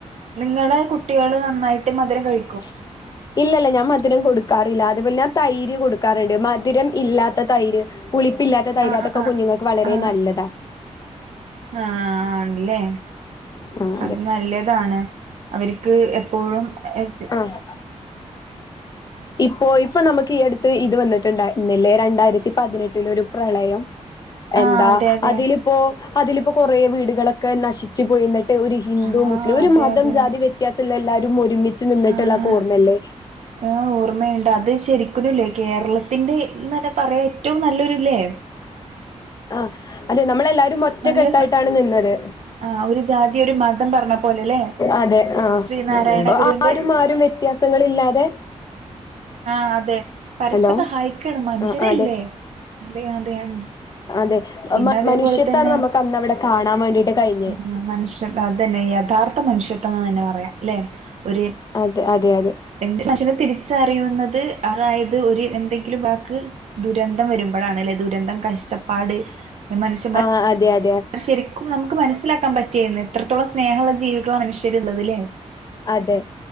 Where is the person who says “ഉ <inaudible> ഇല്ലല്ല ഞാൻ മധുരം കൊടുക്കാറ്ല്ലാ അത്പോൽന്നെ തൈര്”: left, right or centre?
Left